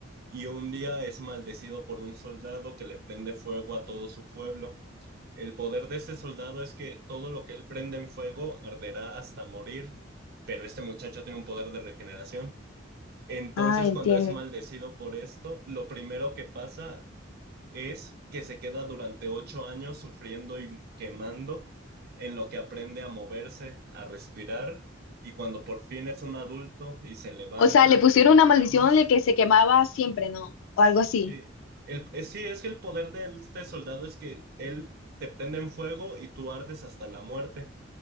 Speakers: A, on the right; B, on the left.
A: y un día es maldecido por un soldado que le prende fuego a todo su pueblo. El poder de ese soldado es que todo lo que él prende en fuego arderá hasta morir, pero este muchacho tiene un poder de regeneración. Entonces,
B: Ah, entiendo.
A: cuando es maldecido por esto, lo primero que pasa es que se queda durante ocho años sufriendo y quemando en lo que aprende a moverse, a respirar, y cuando por fin es un adulto y se levanta,
B: O sea, le pusieron
A: prendido
B: una
A: en
B: maldición
A: llamas.
B: de que se quemaba siempre, ¿no? O algo así.
A: sí, el, es, sí, es que el poder de este soldado es que él te prende en fuego y tú ardes hasta la muerte,